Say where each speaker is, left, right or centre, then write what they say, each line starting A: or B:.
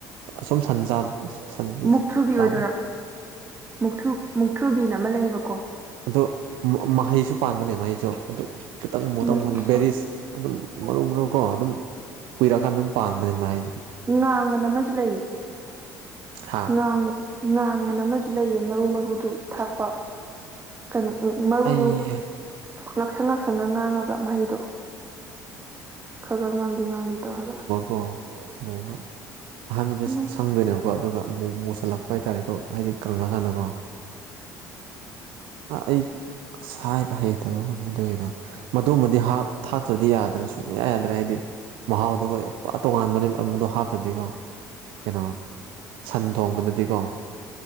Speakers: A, on the right; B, on the right.
A: ꯑꯁꯨꯝ ꯁꯟ ꯁꯟ
B: ꯃꯨꯛꯊ꯭ꯔꯨꯕꯤ
A: ꯆꯥꯕ
B: ꯑꯣꯏꯗꯣꯏꯔꯥ ꯃꯨꯨꯛꯊ꯭ꯔꯨ ꯃꯨꯛꯊ꯭ꯔꯨꯕꯤꯅ ꯑꯃ ꯂꯩꯌꯦꯕꯀꯣ
A: ꯑꯗꯣ ꯃꯍꯩꯁꯨ ꯄꯥꯟꯕꯅꯦ ꯃꯍꯩꯁꯨ ꯑꯗꯨ ꯈꯤꯇꯪ ꯃꯨꯠꯇꯪ
B: ꯑꯗꯨꯃꯥꯏꯅꯁꯨ
A: ꯃꯨ ꯕꯦꯔꯤꯁ ꯑꯗꯨꯝ ꯃꯔꯨ ꯃꯔꯨꯀꯣ ꯑꯗꯨꯝ ꯀꯨꯏꯔꯛꯑꯀꯥꯟꯗ ꯑꯗꯨꯝ ꯄꯥꯟꯕꯅꯦ ꯃꯥꯏ
B: ꯉꯥꯡꯒꯅ ꯑꯃꯁꯨ ꯂꯩꯌꯦ
A: ꯍꯥ
B: ꯉꯥꯡꯉꯁꯨ ꯉꯥꯡꯕ ꯑꯃꯁꯨ ꯂꯩꯌꯦ ꯃꯔꯨ ꯃꯔꯨꯗꯨ ꯊꯥꯛꯄ ꯀꯩꯅꯣ ꯃꯔꯨꯗꯨ
A: ꯑꯩ
B: ꯉꯥꯛꯁꯪ ꯉꯥꯛꯁꯪꯒ ꯉꯥꯡꯉꯒ ꯃꯍꯩꯗꯣ ꯈꯒ ꯉꯥꯡꯂꯤ ꯉꯥꯡꯂꯤ ꯇꯧꯔꯒ
A: ꯀꯣ ꯃꯨꯒ ꯑꯍꯥꯟꯕꯗ
B: ꯎꯝ
A: <unintelligible> ꯈꯪꯗꯣꯏꯅꯦꯕꯀꯣ ꯑꯗꯨꯒ ꯑꯃꯨꯛ ꯃꯨꯁꯜꯂꯛꯄ ꯍꯥꯏꯇꯥꯔꯦꯀꯣ ꯍꯥꯏꯗꯤ ꯀꯪꯂꯪꯂꯀꯥꯟꯗꯀꯣ ꯑ ꯑꯩ ꯁꯥꯏꯕ ꯍꯩꯇꯕꯒꯨꯝꯕꯗꯨ ꯑꯩꯗꯣ ꯃꯗꯨꯃꯗꯤ ꯍꯥꯞ ꯊꯥꯛꯇ꯭ꯔꯗꯤ ꯌꯥꯗ꯭ꯔꯦ ꯁꯨꯡꯕꯌꯥ ꯌꯥꯗ꯭ꯔꯦ ꯍꯥꯏꯗꯤ ꯃꯍꯥꯎꯗꯨ ꯒꯣꯏ ꯄꯨꯔꯥ ꯇꯣꯉꯥꯟꯕꯅꯦ ꯑꯗꯨꯗꯣ ꯍꯥꯞꯇꯗꯤꯀꯣ ꯀꯩꯅꯣ ꯁꯟ ꯊꯣꯡꯕꯗꯗꯤꯀꯣ